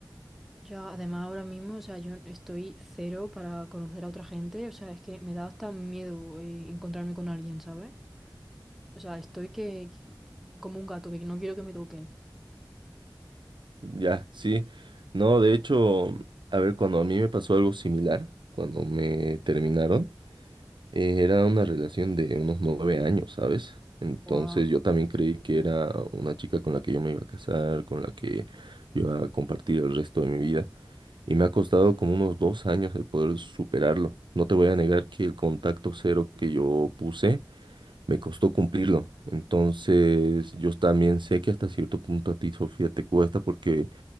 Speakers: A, in the centre; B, on the right.
A: ya además ahora mismo, o sea, yo estoy cero para conocer a otra gente, o sea, es que me da hasta miedo eh, encontrarme con alguien, ¿sabes? O sea, estoy que como un gato, que no quiero que me toquen.
B: Ya, sí. No, de hecho, a ver, cuando a mí me pasó algo similar, cuando me terminaron, eh, era una relación de unos nueve años, ¿sabes? Entonces
A: Guau.
B: yo también creí que era una chica con la que yo me iba a casar, con la que yo iba a compartir el resto de mi vida. Y me ha costado como unos dos años el poder superarlo. No te voy a negar que el contacto cero que yo puse me costó cumplirlo. Entonces, yo también sé que hasta cierto punto a ti, Sofía, te cuesta porque